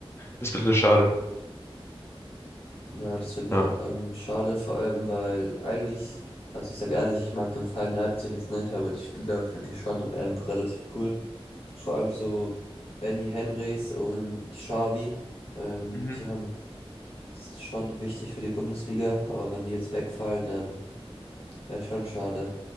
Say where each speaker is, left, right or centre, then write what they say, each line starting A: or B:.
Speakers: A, on the left; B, on the left.
A: Das ist ein bisschen schade.
B: Ja, das finde ich
A: Ja.
B: auch ähm, schade, vor allem, weil eigentlich, also ich sag ehrlich, ich mag den Verein Leipzig jetzt nicht, aber die Spieler finde ich schon ähm, relativ cool. Vor allem so Benny Henrichs und Xavi, ähm,
A: Mhm.
B: die haben das ist schon wichtig für die Bundesliga, aber wenn die jetzt wegfallen, dann wäre schon schade.